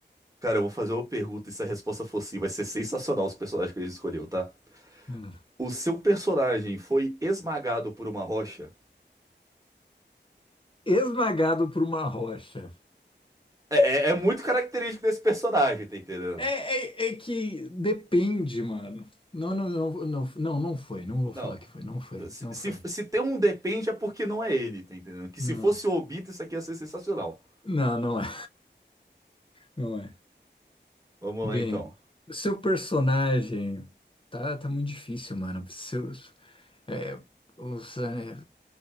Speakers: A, on the right; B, on the left.
A: Cara, eu vou fazer uma pergunta e se a resposta for sim, vai ser sensacional os personagens que ele escolheu, tá?
B: Hum.
A: O seu personagem foi esmagado por uma rocha?
B: Esmagado por uma rocha.
A: É, é é muito característico desse personagem, tá entendendo?
B: É, é, é que depende, mano. Não, não, não, não, não, não foi. Não vou
A: Não.
B: falar que foi. Não foi.
A: Se,
B: Não
A: se,
B: foi.
A: se tem um depende é porque não é ele, tá entendendo? Que
B: Não.
A: se fosse o Obito, isso aqui ia ser sensacional.
B: Não, não é. Não é.
A: Vamos
B: Bem,
A: lá então.
B: seu personagem. Tá, tá muito difícil, mano. Seu, É, os, é,